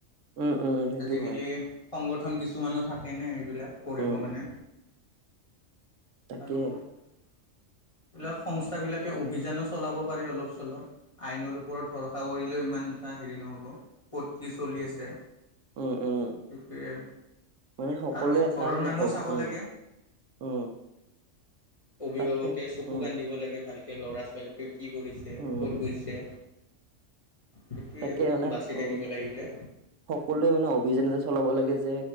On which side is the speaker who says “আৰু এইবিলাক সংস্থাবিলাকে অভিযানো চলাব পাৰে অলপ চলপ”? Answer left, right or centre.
Left